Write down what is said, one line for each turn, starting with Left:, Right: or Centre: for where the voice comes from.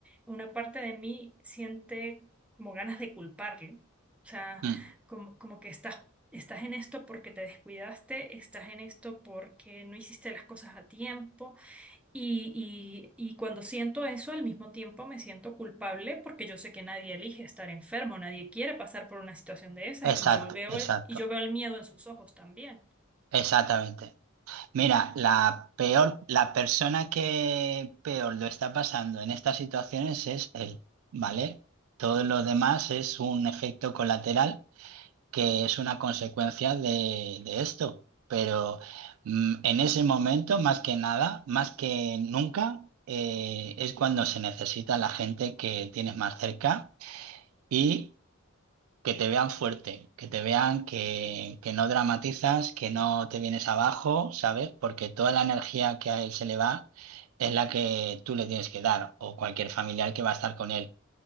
Centre: Una parte de mí siente como ganas de culparlo, o sea,
Right: Mm.
Centre: como, como que estás, estás en esto porque te descuidaste, estás en esto porque no hiciste las cosas a tiempo y, y, y cuando siento eso, al mismo tiempo me siento culpable porque yo sé que nadie elige estar enfermo, nadie quiere pasar por una situación de esas
Right: Exacto,
Centre: y yo veo
Right: exacto,
Centre: el- y yo veo el miedo en sus ojos también.
Right: exactamente. Mira, la peor, la persona que peor lo está pasando en estas situaciones es él, ¿vale? Todo lo demás es un efecto colateral que es una consecuencia de, de esto. Pero mm, en ese momento, más que nada, más que nunca, eh, es cuando se necesita la gente que tienes más cerca y que te vean fuerte, que te vean que, que no dramatizas, que no te vienes abajo, ¿sabes? Porque toda la energía que a él se le va es la que tú le tienes que dar o cualquier familiar que va a estar con él.